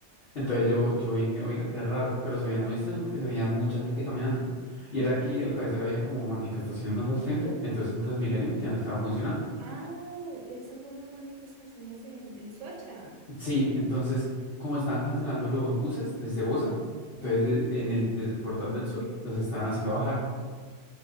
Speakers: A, on the left; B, on the right.
A: Entonces yo, yo dije, oiga, qué raro, pero se veía muy extraño porque se veía mucha gente caminando. Y era que al parecer había como manifestaciones más al frente, entonces el Transmilenio ya no estaba funcionando.
B: Ah, esas son las manifestaciones en, en Soacha.
A: Sí, entonces como estaban cancelando los buses desde Bosa, entonces
B: Ujú.
A: de- en el, desde el Portal del Sur los estaban haciendo bajar.